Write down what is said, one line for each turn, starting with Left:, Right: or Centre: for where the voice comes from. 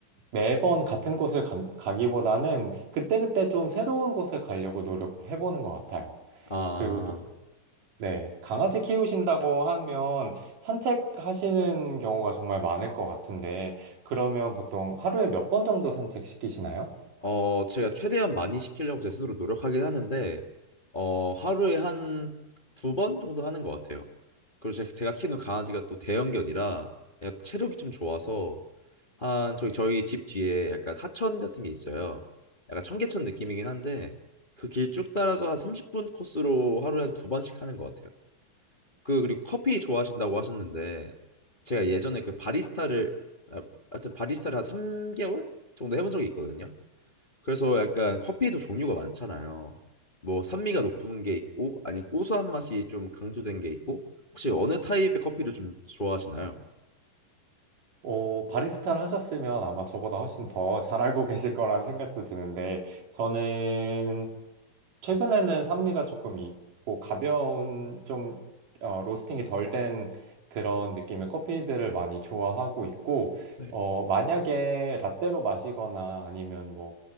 Right: 매번 같은 곳을 가, 가기보다는 그때그때 좀 새로운 곳을 가려고 노력을 해보는 것 같아요.
Left: 아,
Right: 그리고 또, 네, 강아지 키우신다고 하면 산책하시는 경우가 정말 많을 것 같은데, 그러면 보통 하루에 몇 번 정도 산책시키시나요?
Left: 어, 제가 최대한 많이 시키려고 제 스스로 노력하긴 하는데, 어, 하루에 한 두 번 정도 하는 것 같아요. 그리고 제- 제가 키우는 강아지가 또 대형견이라 약간 체력이 좀 좋아서 한 저희 저희 집 뒤에 약간 하천 같은 게 있어요. 약간 청계천 느낌이긴 한데 그 길 쭉 따라서 한 30분 코스로 하루에 한 두 번씩 하는 것 같아요. 그 그리고 커피 좋아하신다고 하셨는데 제가 예전에 그 바리스타를 아, 하여튼 바리스타를 한 3개월 정도 해본 적이 있거든요. 그래서 약간 커피에도 종류가 많잖아요. 뭐 산미가 높은 게 있고 아니면 고소한 맛이 좀 강조된 게 있고 혹시 어느 타입의 커피를 좀 좋아하시나요?
Right: 어, 바리스타를 하셨으면 아마 저보다 훨씬 더 잘 알고 <laughs> 계실 거라는 생각도 드는데, 저는 최근에는 산미가 조금 있고 가벼운 좀 어, 로스팅이 덜 된 그런 느낌의 커피들을 많이 좋아하고 있고
Left: 네.
Right: 어, 만약에 라떼로 마시거나 아니면 뭐